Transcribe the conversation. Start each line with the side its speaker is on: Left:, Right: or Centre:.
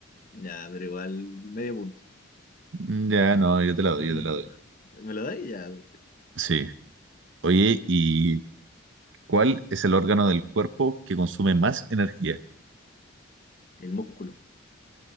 Left: Ya, pero igual medio punto.
Right: Mm, Ya, no, yo te la doy,
Left: <laughs>
Right: yo te la doy.
Left: ¿Me lo dais? Ya, perfecto.
Right: Sí. Oye, ¿y cuál es el órgano del cuerpo que consume más energía?
Left: El músculo.